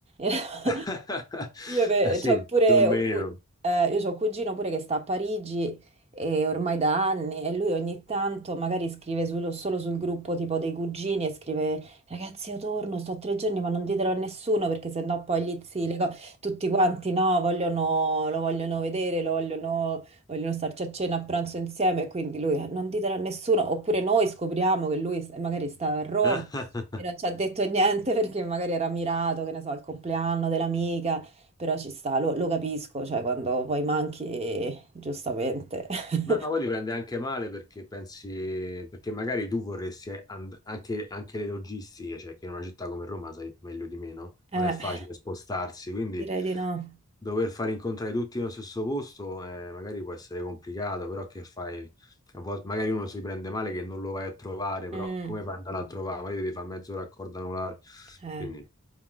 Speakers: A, on the right; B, on the left.
A: <laughs>
B: <laughs>
A: Io ve-
B: Eh Sì,
A: c'ho pure
B: più o meno.
A: un cu- eh, io c'ho un cugino pure che sta a Parigi e ormai da anni e lui ogni tanto magari scrive sul- solo sul gruppo tipo dei cugini e scrive ragazzi io torno, sto tre giorni ma non ditelo a nessuno perché sennò poi gli zii, le co- tutti quanti no, vogliono, lo vogliono vedere, lo vogliono, vogliono starci a cena, a pranzo insieme e quindi lui "Eh, non ditelo a nessuno oppure noi scopriamo che lui s- magari stava a Roma.
B: <laughs>
A: E non ci ha detto niente perché magari era mirato, che ne so, al compleanno dell'amica. Però ci sta, lo, lo capisco, cioè quando poi manchi, giustamente. <laughs>
B: No, poi ti prende anche male perché pensi, perché magari tu vorresti and- anche, anche le logistiche, cioè che in una città come Roma sai meglio di me, no?
A: Eh,
B: Non è facile spostarsi, quindi
A: direi di no.
B: Dover far incontrare tutti nello stesso posto eh, magari può essere complicato, però che fai? A volte magari uno si prende male che non lo vai a trovare, però
A: Mm,
B: come fai ad andare a Mm. trovare? Magari ti fa mezzo raccordo anulare.
A: eh.
B: Quindi